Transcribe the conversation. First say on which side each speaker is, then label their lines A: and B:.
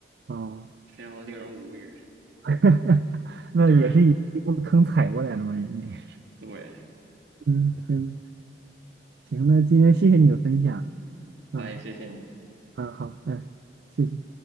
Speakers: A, on the right; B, on the right.
A: 哦，
B: 非常的令人无语。
A: <laughs> 那也是一一步坑踩过来的嘛，
B: 就是
A: 人家也是，
B: 对，
A: 嗯，行行，那今天谢谢你的分享，
B: 好，
A: 嗯。
B: 也谢谢你。
A: 嗯，好，嗯，谢谢